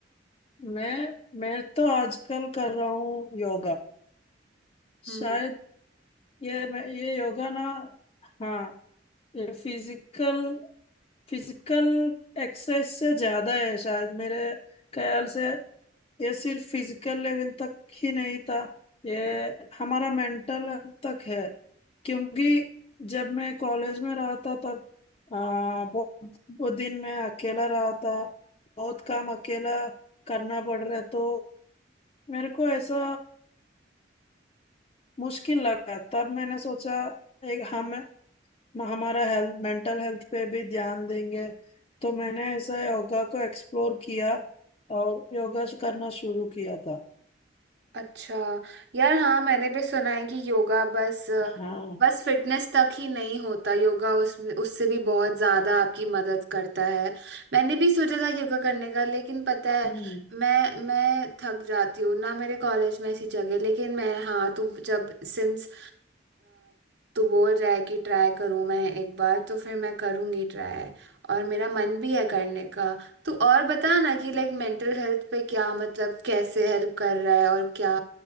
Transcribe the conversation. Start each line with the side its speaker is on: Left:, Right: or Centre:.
Left: मैं मैं तो आजकल कर रहा हूँ योगा
Right: हम्म
Left: शायद ये मैं ये योगा ना हाँ ये फिजिकल फिजिकल एक्सरसाइज से ज्यादा है शायद मेरे ख्याल से ये सिर्फ फिजिकल लेवल तक ही नहीं था ये हमारा मेंटल तक है क्योंकि जब मैं कॉलेज में रहा था तब आ, बहुत वो दिन मैं अकेला रहा था बहुत काम अकेला करना पड़ रहा है, तो मेरे को ऐसा मुश्किल लगा तब मैंने सोचा एक हम म- हमारा हेल्थ मेंटल हेल्थ पे भी ध्यान देंगे तो मैंने ऐसा योगा को एक्सप्लोर किया और योगा करना शुरू किया था
Right: अच्छा यार हाँ मैंने भी सुना है कि योगा बस
Left: हाँ
Right: बस फिटनेस तक ही नहीं होता योगा उसमें उससे भी बहुत ज्यादा आपकी मदद करता है मैंने भी सोचा था योगा करने का लेकिन पता है
Left: हम्म
Right: मैं मैं थक जाती हूँ ना मेरे कॉलेज में ऐसी जगह लेकिन मैं हाँ तू जब सिंस तू बोल रहा है कि ट्राई करूँ मैं एक बार तो फिर मैं करूँगी ट्राई और मेरा मन भी है करने का तो और बता ना कि लाइक मेंटल हेल्थ पे क्या मतलब कैसे हेल्प कर रहा है और क्या